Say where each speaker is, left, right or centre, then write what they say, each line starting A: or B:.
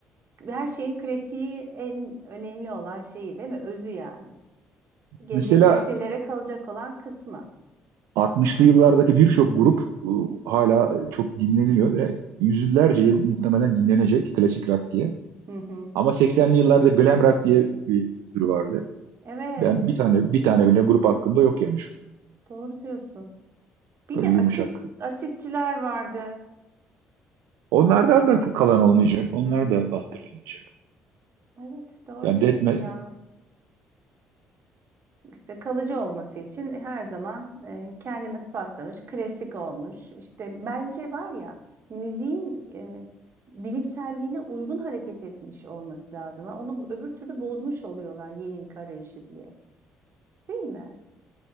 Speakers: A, on the right (about 50°); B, on the right (about 80°).
A: Her şeyin klasiği en önemli olan şeyi değil mi? Özü yani. Gelecek
B: Mesela
A: nesillere kalacak olan kısmı.
B: 60'lı yıllardaki birçok grup ıı, hala çok dinleniyor ve yüzyıllarca yıl muhtemelen dinlenecek klasik rock diye.
A: Hı hı.
B: Ama 80'li yıllarda glam rock diye bir tür vardı.
A: Evet,
B: Ben bir tane bir tane bile grup hakkında yok yani şu an.
A: doğru diyorsun. Bir
B: Böyle
A: de
B: yumuşak
A: asit asitçiler vardı.
B: Onlardan
A: Asitçi.
B: da kalan olmayacak. Onlar
A: Hı hı.
B: da hatırlanmayacak.
A: Evet doğru
B: Yani
A: diyorsun
B: detme...
A: ya. İşte kalıcı olması için her zaman e, kendini ispatlamış, klasik olmuş. İşte bence var ya müziğin e, bilimselliğine uygun hareket etmiş olması lazım. Ha, Onu öbür türlü bozmuş oluyorlar yenilik arayışı diye. Değil mi?